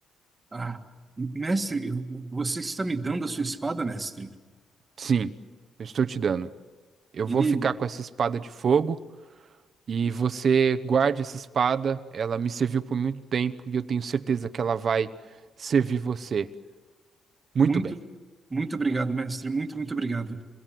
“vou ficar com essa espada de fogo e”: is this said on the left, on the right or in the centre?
Right